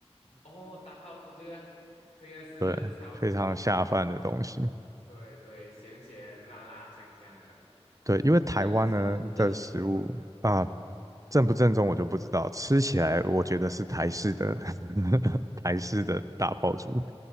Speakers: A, on the left; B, on the right.
A: 哦，打泡猪这个这个是超出名的诶，
B: 对，非常下饭的东西。
A: 对对，咸咸辣辣香香的。
B: 对，因为台湾呢的食物啊，
A: 那它是正宗的嘛？
B: 正不正宗我就不知道，吃起来我觉得是台式的 <laughs> 台式的打抛猪，